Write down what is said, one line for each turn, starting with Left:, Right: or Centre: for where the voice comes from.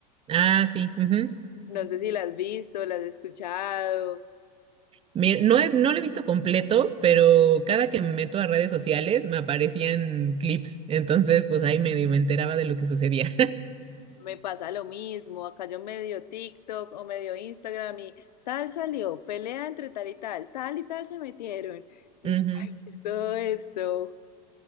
Right: Ah, sí. ujú.
Left: No sé si la has visto, la has escuchado.
Right: Mi- No he- no lo he visto completo, pero cada que me meto a redes sociales me aparecían clips. Entonces, pues ahí medio me enteraba de lo que sucedía.
Left: Me pasa lo mismo, acá yo medio TikTok o medio Instagram y tal salió, pelea entre tal y tal, tal y tal se metieron. Y
Right: <laughs> Ujú.
Left: yo, ay, ¿qué es todo esto?